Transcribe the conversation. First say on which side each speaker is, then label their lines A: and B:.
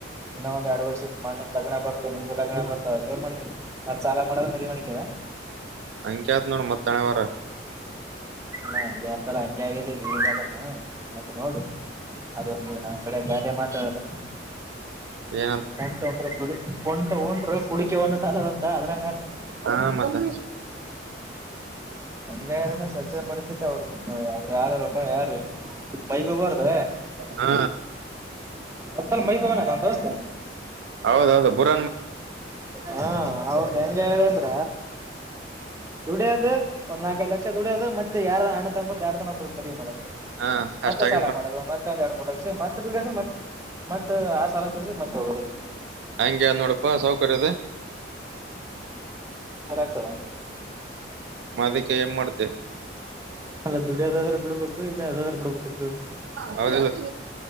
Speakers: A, on the right; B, on the right.
A: ಇನ್ನೊ ಒಂದ ಎರಡ್ ವರ್ಷ ನೀ ಮಾಡಲ ಲಗ್ನ ಬರ್ದ ನಿಂದ ಲಗ್ನ ಬರ್ದವ ಏನ್ ಮಾಡ್ತೀರಿ ನ ಸಾಲ ಮಾಡದ ಮದಿ ಮಾಡಕ್ಯದ
B: ಹಂಕ್ಯಾತ್ ನೋಡ ಮತ್ತ್ ತಣೆವಾರ
A: ನಾ ಹಂಗೆ ಆಗ್ತಲ್ಲ ಹಂಗೆ ಆಗೇನು ಮತ್ತತ್ ನೋಡು ಅದೊಂದು ನ ಕಳ ಗಾದೆ ಮಾತಾಡಲ್ಲ
B: ಯ
A: ಹೊಂಟ ಉ್ರ ಕು ಹೊಂಟ ಹನ್ರು ಕುಡಿಕೆ ಒಂದು ಸಾಲದಂತ ಅದ್ರಂಗ
B: ಹಾ ಮತ್ತೆ
A: ಹೆಂಗದಂದ್ರೆ ಸಜ್ಜದ ಪರಿಸ್ಥಿತಿ ಅವರು ಅವ್ರು ಯಾರ ಬ ಯಾರು ಬೈ ಬಬಾರದ
B: ಹಾ
A: ಮತ್ತಲ್ ಮೈ ಬವನ ನಮ್ಮ ದೋಸ್ತೆ
B: ಹೌದೌದು ಬುರ
A: ಹಾ ಅವಂದ ಹೆಂಗದಂದ್ರ ದುಡಿಯೋದ ಒಂದ ನಾಲ್ಕ ಲಕ್ಷ ದುಡೋದು ಮತ್ತ ಯಾರ ಅಣ್ಣ ತಂಬ ಯಾರ ತನಬ ಮದ ಮಾಡದು
B: ಹಾ ಅಷ್ಟಾಗಿ
A: ಮತ್ತೆ ಸಾಲ
B: ನೋಡ್
A: ಮಾಡದು ಮತ್ತೆ ಒಂದ ಎರಡು ಮೂಲ ಮತ್ತೆದು ಮತ್ತತ್ ಆ ಸಾಲ ತಿರ್ಸಕ್ ಮತ್ತೆ ಹೋಗೋದ ಅಗೆ
B: ಹಂಗ ನೋಡಪಾ ಸೌಕರ್ಯದ
A: ತ್ತ
B: ಮದ ಕ ಎಮ ಮಾಡತ
A: ಅಲ್ಲ ದುಡಿಯದಾದ್ರೆ ಬಿಡ್ಬೇಕು ಇಲ್ಲ ಅದಾದ್ರೂ ಬಿಡ್ಬೇಕ್ಆಗ್ತದ.
B: ಹೌದಿಲ್ಲ